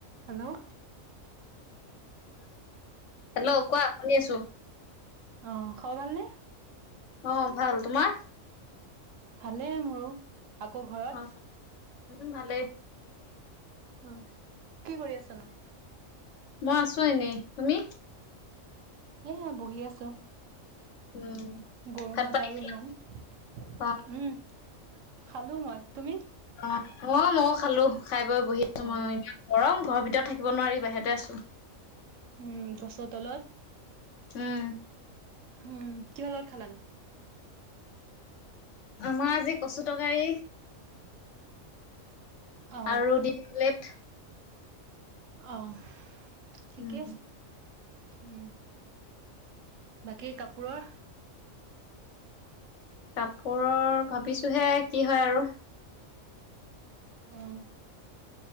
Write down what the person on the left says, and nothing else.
<inaudible> hello কোৱা শুনি আছো
অ' ভাল। তোমাৰ
অ মোৰ ভালেই
মই আছো এনেই। তুমি?
উম
ভাত পানী
অ
অ অ ময়ো খালো। খাই বৈ বহি আছো
মই। গৰম ঘৰৰ ভিতৰত থাকিব নোৱাৰি বাহিৰতে আছো
উম
আমাৰ আজি কচু তকাৰী।
আৰু ডিম লেট।
উম
কাপোৰৰ ভাবিছো হে কি হয় আৰু।